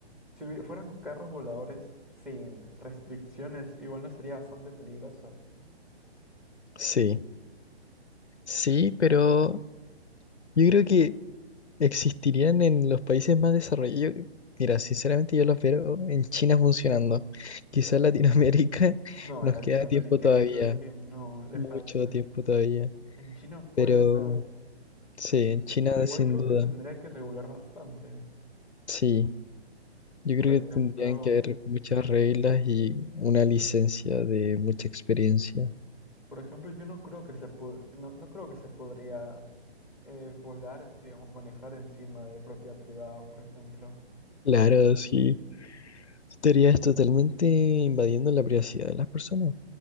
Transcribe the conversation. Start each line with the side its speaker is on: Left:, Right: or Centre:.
Centre: si hubi- fueran carros voladores sin restricciones, igual no sería bastante peligroso.
Left: Sí, sí, pero yo creo que existirían en los países más desarrollados. Yo- Mira, sinceramente yo los veo en China funcionando. Quizás Latinoamérica <laughs>
Centre: No,
Left: nos
Centre: en Latinoamérica
Left: queda tiempo todavía,
Centre: yo creo que no le
Left: mucho
Centre: falta.
Left: tiempo todavía.
Centre: En China puede
Left: Pero
Centre: ser,
Left: sí, en China
Centre: pero igual
Left: sin
Centre: creo
Left: duda,
Centre: que se tendría que regular bastante.
Left: sí. Yo
Centre: Por
Left: creo
Centre: ejemplo,
Left: que tendrían que haber muchas reglas y una licencia de mucha experiencia.
Centre: Por ejemplo, yo no creo que se pod- no, no creo que se podría eh, volar, digamos, manejar encima de propiedad privada, por ejemplo.
Left: Claro, sí. Estarías totalmente invadiendo la privacidad de las personas.